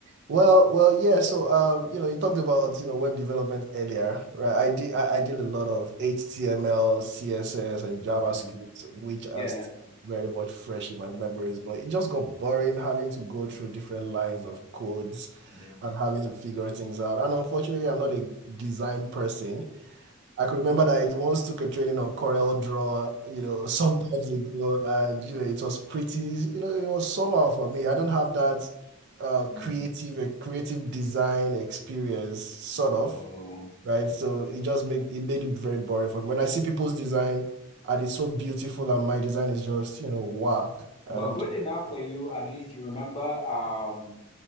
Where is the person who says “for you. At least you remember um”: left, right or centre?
Left